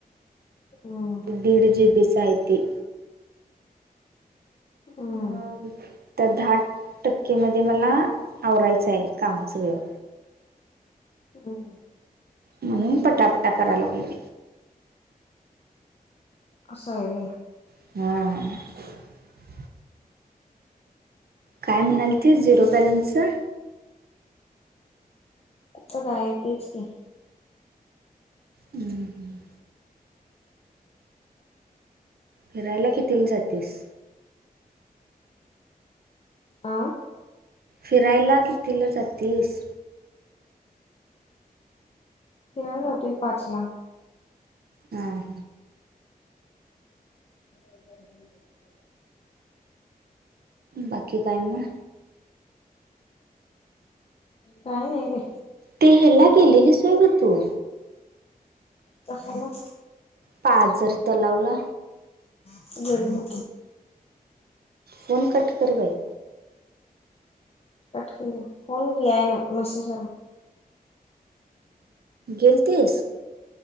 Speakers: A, on the left (about 40°); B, on the right (about 85°).
A: हम्म
B: दीड जी, बी च आहे ते.
A: हम्म
B: मग..
A: हम्म
B: तर दहा टक्केमध्ये मला आवरायचं आहे काम सगळं
A: हम.
B: म्हणून पटापटा करा लागलोय.
A: अस आहे वे.
B: हा. काय म्हणाल तिस झिरो बॅलेन्सच.
A: कुठे काय तेच की.
B: हम. फिरायला कितीला जातीस?
A: आ.
B: फिरायला कितीला जातीस?
A: खेळायला जातोय पाच ला.
B: हा.
A: <inaudible>
B: बाकी काय मंग?
A: काय नाही बाई.
B: ते हेला गेलेलीस होय ग तू?
A: कशाला.
B: पाजर तलाव ला.
A: <unintelligible>
B: फोन कट कर बाई.
A: कट केला फोन ये नाही मेसेज आला.
B: गेलतीस?